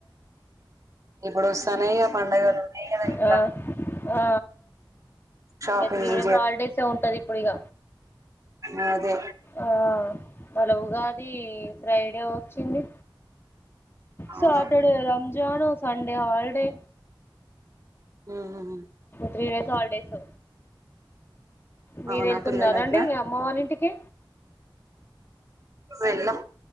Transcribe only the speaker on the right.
ఇప్పుడు వస్తానాయ పండగలు ఉన్నాయి కదా ఇంకా.
షాపింగ్
ఆ అదే.
అవును
హ్మ్.
అవునా
పిల్లలకి
వెళ్ళం.